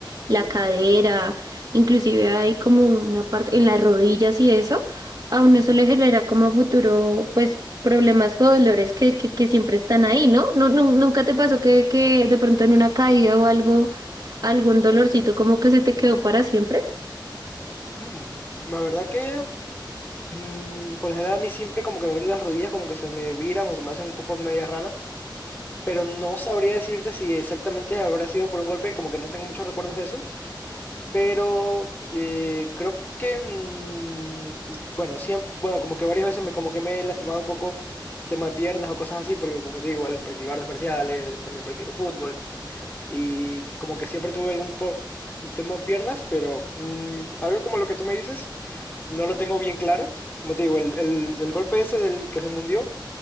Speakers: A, on the right; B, on the left.
A: la cadera, inclusive hay como una parte en las rodillas y eso, a uno
B: Ujú.
A: eso le genera como futuro, pues, problemas o dolores que, que, que siempre están ahí, ¿no? No, no, ¿nunca te pasó que, que de pronto en una caída o algo, algún dolorcito como que se te quedó para siempre?
B: Mm. La verdad que, mm, por lo general, a mí siempre como que me duelen las rodillas, como que se me viran o se me hacen un poco medias raras, pero no sabría decirte si exactamente habrá sido por un golpe, como que no tengo muchos recuerdos de esos. pero eh, creo que, mm, bueno, siempre, bueno, como que varias veces me, como que me he lastimado un poco tema de piernas o cosas así, porque como te digo, al practicar artes marciales, eh, también practico fútbol, y como que siempre tuve algún po- un tema de piernas, pero mm, algo como lo que tú me dices, no lo tengo bien claro. Como te digo, el, el, el golpe ese del que se me hundió,